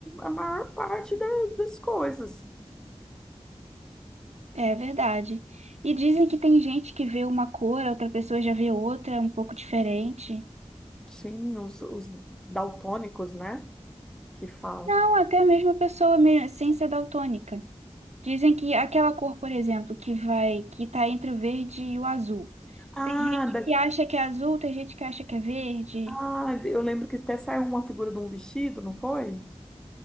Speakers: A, in the centre; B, on the right.
A: a maior parte da- das coisas.
B: É verdade. E dizem que tem gente que vê uma cor, a outra pessoa já vê outra, um pouco diferente.
A: Sim, os, os daltônicos, né? que falam.
B: Não, até mesmo a pessoa me- sem ser daltônica. Dizem que aquela cor, por exemplo, que vai, que tá entre o verde e o azul.
A: Ah,
B: Tem gente
A: da...
B: que acha que é azul, tem gente que acha que é verde.
A: ah, eu lembro que até saiu uma figura de um vestido, não foi?